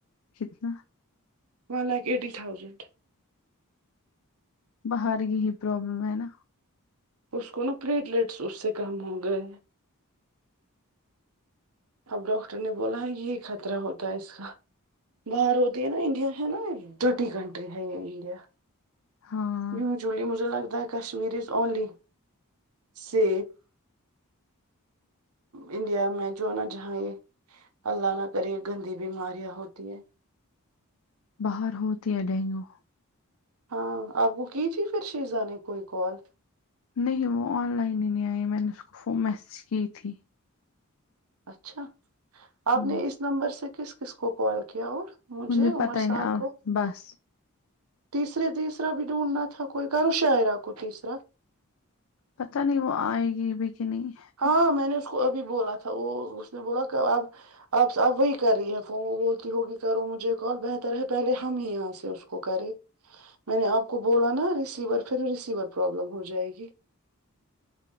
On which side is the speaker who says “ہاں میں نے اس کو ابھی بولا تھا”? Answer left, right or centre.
Right